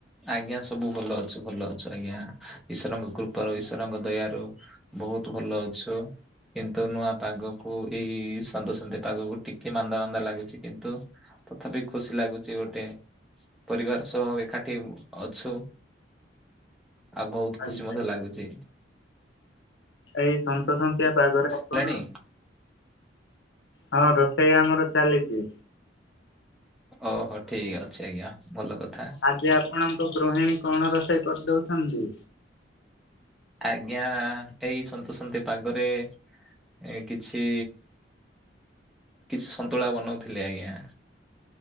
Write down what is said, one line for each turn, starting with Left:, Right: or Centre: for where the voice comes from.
Centre: ଆଜ୍ଞା ସବୁ ଭଲ ଅଛୁ, ଭଲ ଅଛୁ ଆଜ୍ଞା ଈସ୍ଵରଙ୍କ କୃପାରୁ ଈଶ୍ୱରଙ୍କ ଦୟାରୁ ବହୁତ୍ ଭଲ ଅଛୁ। କିନ୍ତୁ ନୂଆ ପାଗକୁ, ଏଇ ସନ୍ଦୁସନ୍ତି ପାଗକୁ ଟିକେ ମାନ୍ଦା ମାନ୍ଦା ଲାଗୁଚି କିନ୍ତୁ ତଥାପି ଖୁସି ଲାଗୁଚି ଗୋଟେ ପରିବାର ସହ ଏକାଠି ଅଛୁ। ଆଉ ବହୁତ୍
Left: ଆଜ୍ଞା।
Centre: ଖୁସି ମତେ ଲାଗୁଚି।
Left: ଏଇ ସନ୍ତସନ୍ତିଆ ପାଗରେ ଆପଣ
Centre: କଲେଣି
Left: ହଁ ରୋଷେଇ ଆମର ଚାଲିଚି।
Centre: ଓହୋ ଠିକ୍ ଅଛି ଆଜ୍ଞା ଭଲ କଥା
Left: ଆଜି ଆପଣଙ୍କ ଗୃହିଣୀ କଣ ରୋଷେଇ କରିଦଉଛନ୍ତି?
Centre: ଆଜ୍ଞା ଏଇ ସନ୍ତସନ୍ତିଆ ପାଗରେ ଏ କିଛି, କିଛି ସନ୍ତୁଳା ବନଉଥିଲେ ଆଜ୍ଞା।